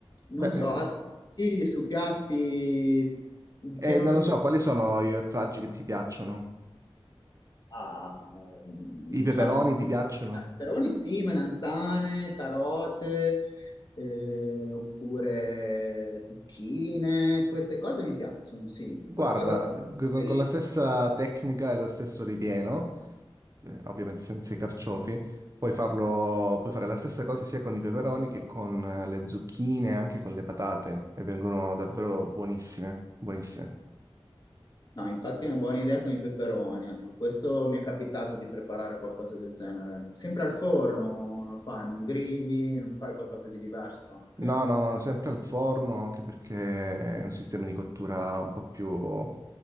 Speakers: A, on the left (about 45°); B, on the right (about 35°).
A: non
B: Beh,
A: so,
B: eh,
A: altri consigli su piatti
B: eh,
A: che non
B: non lo so, quali sono gli ortaggi che ti piacciono?
A: Ah, diciamo,
B: I peperoni ti piacciono?
A: peperoni sì, melanzane, carote, eh, oppure zucchine, queste cose mi piacciono, sì.
B: Guarda,
A: Qualcosa
B: con
A: di...
B: con la stessa tecnica e lo stesso ripieno. eh, ovviamente senza i carciofi. Puoi farlo, puoi fare la stessa cosa sia con i peperoni che con eh, le zucchine, anche con le patate, e vengono davvero buonissime, buonissime.
A: No, infatti è una buona idea con i peperoni, ecco, questo mi è capitato di preparare qualcosa del genere. Sempre al forno lo fai, non grigli, non fai qualcosa di diverso anche?
B: No, no, no, sempre al forno, anche perché è un sistema di cottura un po' più